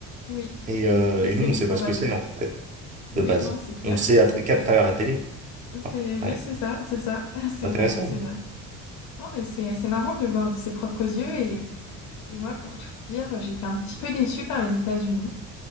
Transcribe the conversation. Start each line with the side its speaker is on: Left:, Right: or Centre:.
Left: Oui,
Right: Et, euh,
Left: les
Right: et
Left: séries
Right: nous, on sait
Left: pour
Right: pas ce
Left: ados.
Right: que c'est, en fait, de
Left: Oui,
Right: base.
Left: non, c'est clair,
Right: On le sait à
Left: c'est
Right: tra-
Left: clair.
Right: qu'à travers la télé.
Left: C'est oui,
Right: Ouais,
Left: c'est ça, c'est ça, <laughs> c'est
Right: C'est intéressant.
Left: vrai, c'est vrai. Non, mais c'est c'est marrant de le voir de ses propres yeux et, et moi, pour tout te dire, j'étais un petit peu déçue par les États-Unis,